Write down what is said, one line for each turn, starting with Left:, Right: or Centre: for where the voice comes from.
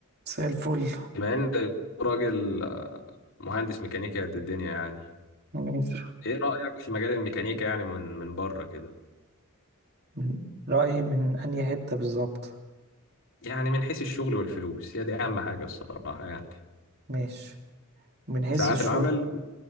Right: مساء الفل
Left: بما ان راجل آه، مهندس ميكانيكا قد الدنيا يعني
Right: ماشي
Left: ايه رأيك في مجال الميكانيكا يعني من من بره كده
Right: من- رأيي من أنهي حتة بالظبط
Left: يعني من حيث الشغل والفلوس هي دي اهم حاجة الصراحة يعني
Right: ماشي من حيث
Left: ساعات
Right: الشغل
Left: العمل